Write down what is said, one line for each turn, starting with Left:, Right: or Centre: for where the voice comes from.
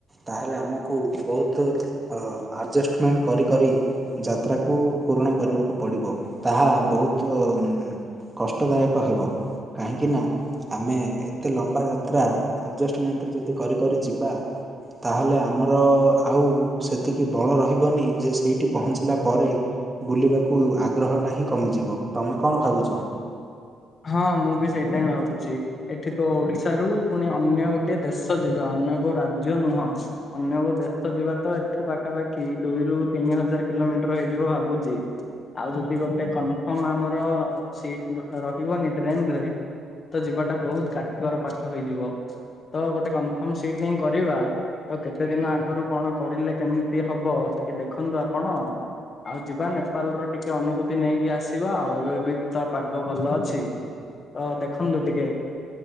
Right: ତାହେଲେ ଆମକୁ ବହୁତ ଆଜେଷ୍ଟେମେଣ୍ଟ କରି କରି ଯାତ୍ରାକୁ ପୂରଣ କରିବାକୁ ପଡ଼ିବ ତାହା ବହୁତ କଷ୍ଟଦାୟକ ହେବ କାହିଁକି ନା ଆମେ ଏତେ ଲମ୍ବା ଯାତ୍ରା ଆଜେଷ୍ଟେମେଣ୍ଟ ଯଦି କରି କରି ଯିବା ତାହେଲେ ଆମର ଆଉ ସେତିକି ବଳ ରହିବନି ଯେ ସେଇଟି ପହଞ୍ଚିଲା ପରେ ବୁଲିବାକୁ ଆଗ୍ରହ ଟା ହିଁ କମିଯିବ ତମେ କଣ ଭାବୁଚ?
Left: ହଁ ମୁଁ ବି ସେଇଟା ହଁ ଭାବୁଚି। ଏଠି ତ ଓଡିଶାରୁ ପୁଣି ଅନ୍ୟ ଗୋଟେ ଦେଶ ଯିବା ଅନ୍ୟ କୋଉ ରାଜ୍ୟ ନୁହଁ। ଅନ୍ୟ କୋଉ ଦେଶ ଯିବା ତ ଏଠୁ ପାଖାପାଖି ଦୁଇରୁ ତିନି ହଜାର କିଲୋମିଟର ହେଇଯିବ ଭାବୁଚି। ଆଉ ଯଦି ଗୋଟେ କନଫର୍ମ ଆମର ସିଟ୍ ରହିବନି ଟ୍ରେନରେ ତ ଯିବାଟା ବହୁତ କାଠିକର ପାଠ ହେଇଯିବ ତ ଗୋଟେ କନଫର୍ମ ସିଟ୍ ନେଇ କରିବା ତ କେତେ ଦିନ ଆଗରୁ କଣ କରିଲେ କେମିତି ହବ ଟିକେ ଦେଖନ୍ତୁ ଆପଣ। ଆଉ ଯିବା ନେପାଲ ର ଟିକେ ଅନୁଭୂ ଭୂତି ନେଇକି ଆସିବା ଆଉ ଏବେ ବି ତ ପାଗ ଭଲ ଅଛି। ଅ ଦେଖନ୍ତୁ ଟିକେ।